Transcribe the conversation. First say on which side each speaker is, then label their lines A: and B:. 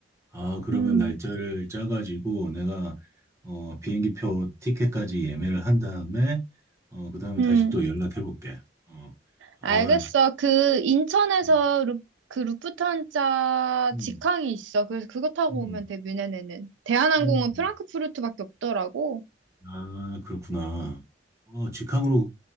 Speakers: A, on the right; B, on the right.
A: 아, 그러면
B: 음,
A: 날짜를 짜가지고 내가 어, 비행기표 티켓까지 예매를 한 다음에 어, 그다음에
B: 음.
A: 다시 또 연락해 볼게. 어. 아,
B: 알겠어. 그 인천에서
A: 음,
B: 루, 그 루프트한자
A: 음,
B: 직항이 있어. 그래서 그거 타고
A: 음,
B: 오면 돼, 뮌헨에는. 대한항공은
A: 음.
B: 프랑크푸르트밖에 없더라고.
A: 아, 그렇구나. 어, 직항으로